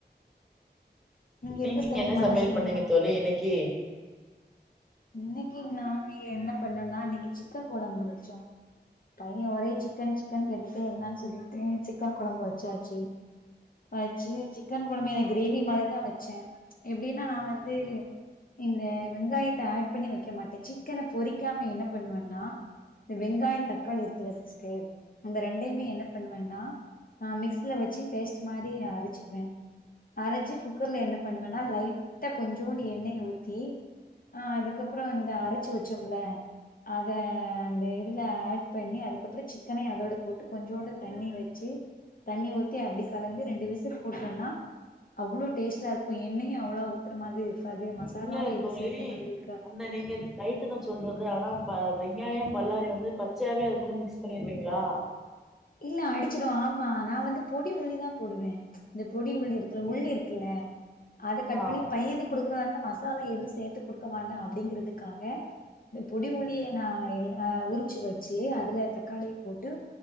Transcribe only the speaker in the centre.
நீங்க
என்ன
சமையல்
பண்ணீங்க தோழி இன்னக்கீ
இல்ல
தோழி
அந்த நீங்க ரைட்டு நா சொல்றது ஆனா வெங்காயோ பல்லாரி வந்து பச்சையாவே அது கூட மிக்ஸ் பண்ணிர்வீங்களா
ஆ